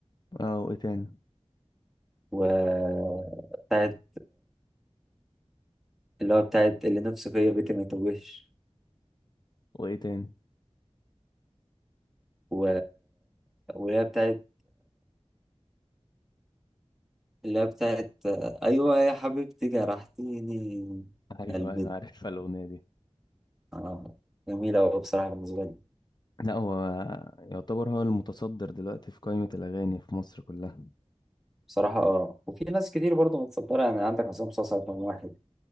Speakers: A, on the left; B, in the centre.
A: اه وايه تاني
B: وبتاعت اللي هو بتاعت اللي نفسه فيا بيتي ما يتوهش
A: وايه تاني
B: و... واللي هي بتاعت اللي هي بتاعت أيوة يا حبيبتي جرحتيني
A: ايوه
B: قلبي
A: ايوه عارفها الاغنيه دي
B: آه. جميلة أوي بصراحة بالنسبة لي
A: لا هو يعتبر هو المتصدر دلوقتي في قائمه الاغاني في مصر كلها
B: بصراحة اه وفي ناس كتير برضه متصدرة يعني عندك عصام صاصا رقم واحد